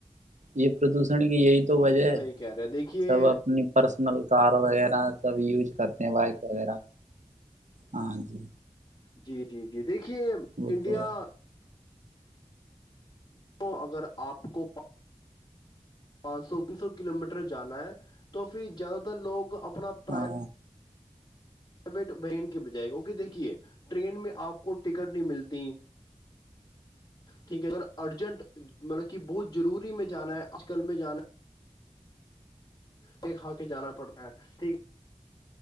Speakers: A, on the right; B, on the left.
A: یہ پردوشن کی یہی تو وجہ
B: صحیح کہہ رہے ہیں، دیکھیے
A: سب اپنی پرسنل تار وغیرہ سب یز کرتے بائک وغیرہ ہاں جی
B: جی جی جی دیکھیے
A: وہ
B: انڈیا
A: تو ہے
B: کیوں اگر آپ کو پانچ سو تین سو کلو میٹر جانا ہے تو پھر زیادہ تر لوگ اپنے اپنا پرائی
A: ہاں
B: پرائیویٹ بین کے بجائے اوکے دیکھیے ٹرین میں آپ کو ٹکٹ نہیں ملتی ٹھیک ہے اگر ارجنٹ مطلب کہ بہت ضروری میں جانا ہے آج کل میں جانا ہے پ کھا کے جانا پڑتا ہے ٹھیک ہے